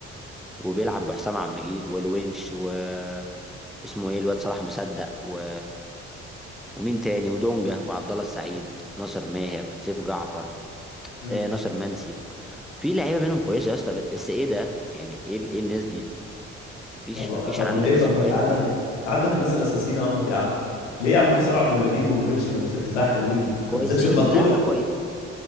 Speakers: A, in the centre; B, on the left.
A: وبيلعب بحسام عبد المجيد والونش واسمه ايه الواد صلاح مصدق و... ومين تاني ودونجا وعبد الله السعيد ناصر ماهر سيف جعفر
B: امم
A: آه ناصر منسي في لعيبه منهم كويسه يا اسطى بس ايه ده يعني ايه ايه الناس دي مفيش
B: طب
A: مفيش
B: طب
A: عندك
B: وليه طب
A: سكواد
B: ما انت عندك
A: بيقدر
B: انت عندك الناس الاساسيين اهمت يا عم ليه يا عم حسام عبد المجيد والونش ما في الدفاع حلوين
A: كويسين
B: ما نزلش بفتوح
A: لا لا كويسين